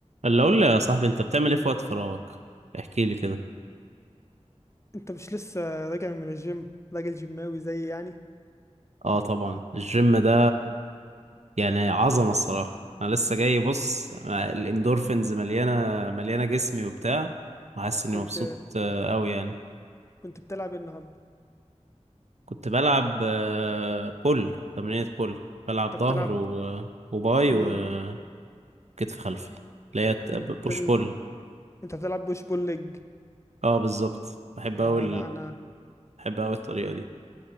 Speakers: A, on the right; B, on the left.
A: اللي اقول لي يا صاحبي انت بتعمل ايه في وقت فراغك احكي لي كده
B: انت مش لسه راجع من الجيم راجل جيماوي زي يعني
A: اه طبعا الجيم ده يعني عظمه الصراحه انا لسه جاي بص الاندورفينز مليانه مليانه جسمي وبتاع وحاسس اني
B: كنت
A: مبسوط آه، قوي يعني
B: كنت بتلعب ايه النهارده
A: كنت بلعب آه، بول تمرينة بول بلعب
B: انت
A: ظهر
B: بتلعب
A: و- وباي
B: امم
A: وكتف خلفي اللي هي
B: انت بتل...
A: بوش بول
B: انت بتلعب بوش بول ليج
A: اه بالظبط بحب
B: اه
A: قوي
B: لا انا
A: بحب قوي الطريقه دي